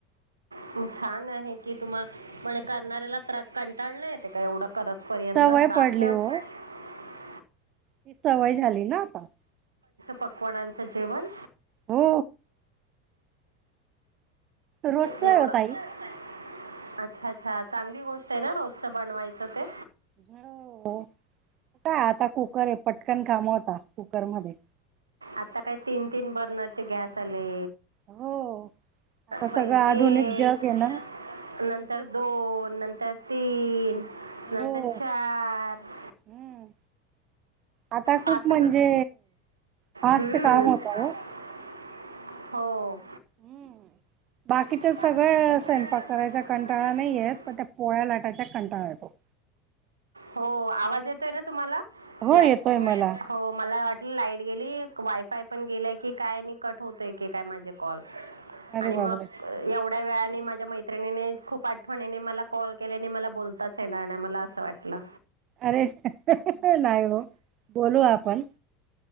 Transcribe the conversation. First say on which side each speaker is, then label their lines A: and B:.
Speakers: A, on the right (about 80°); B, on the right (about 40°).
A: खूप छान आहे की तुम्हा म्हणजे करणाऱ्याला त्रा कंटाळा नाही येते का एवढं करूसपर्यंत
B: सवय
A: त्रास
B: पडली
A: नाही
B: हो
A: <unintelligible>
B: ती सवय झाली ना आता.
A: पकवानांचं जेवण
B: हो. रोजचं
A: एवढं
B: आहे हो ताई.
A: अच्छा अच्छा चांगली गोष्ट आहे ना रोजचं बनवायचं ते.
B: हो. काय आता कुकर आहे पटकन काम होता कुकरमध्ये
A: आता काय तीन-तीन बर्नरचे गॅस आले.
B: हो आता सगळं
A: पहिले
B: आधुनिक
A: एक,
B: जग आहे ना
A: नंतर दोन, नंत त्यात तीन नंतर
B: हो
A: चार <inaudible>
B: हम्म आता खूप
A: पाच
B: म्हणजे
A: ना
B: फास्ट
A: हम्म
B: काम
A: फास्ट
B: होतं हो.
A: होतं. हो.
B: हम्म. बाकीच्या
A: बाकीचं
B: सगळ
A: सगळं
B: स्वयंपाक करायच्या कंटाळा
A: करता
B: नाही येत पण त्या पोळ्या लाटायचा कंटाळा येतो.
A: हो. आवाज येतोय ना तुम्हाला?
B: हो
A: लाई
B: येतोय
A: होय.
B: मला
A: हो मला वाटलं लाईट गेली. वाय कायपण गेल की काय नि कट होतय की काय माझे कॉल.
B: अरे
A: आणि
B: बापरे!
A: मग एवढ्या वेळा आणि माझ्या मैत्र खूप आठवणीने मला कॉल के मला बोलताच येणार नाही मला असं वाटलं
B: अरे नाही हो बोलू आपण